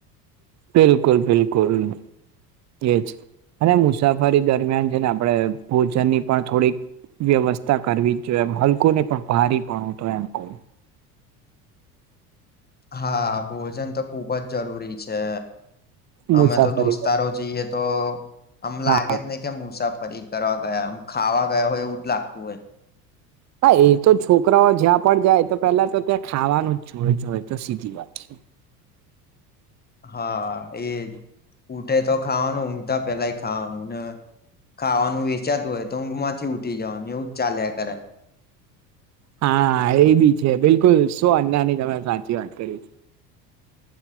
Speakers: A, on the right; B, on the left.
A: બિલકુલ, બિલકુલ, એજ. અને મુસાફરી દરમિયાન છે ને આપણે, ભોજનની પણ થોડીક વ્યવસ્થા કરવી જ જોઈએ, એમ. હલકો નહીં પણ ભારી પણ હું તો એમ કહું
B: હા, ભોજન તો ખુબ જ જરૂરી છે.
A: મુસાફરી
B: અમે તો દોસ્તારો
A: દરમિયાન
B: જઈએ ત તો, આમ
A: હા
B: લાગે જ નહી કે મુસાફરી કરવા ગયા, આમ ખાવા ગયા હોય એવું જ લાગતું હોય.
A: હા, એ તો છોકરાઓ જ્યાં પણ જાય, તો પેલા તો ત્યાં ખાવાનું જ જોઇતુ હોય, એ તો સીધી વાત છે.
B: હા, એ જ. ઊટે તો ખાવાનું, ઊંઘતા પેલાય ખાવાનું, ને ખાવાનું વેચાતું હોય તો ઊંઘમાંથી ઉઠી જવાનું! એવું જ ચાલ્યા કરે
A: હા, એ બી છે. બિલકુલ સુ અન્નાની તમે સાચી વાત કરી.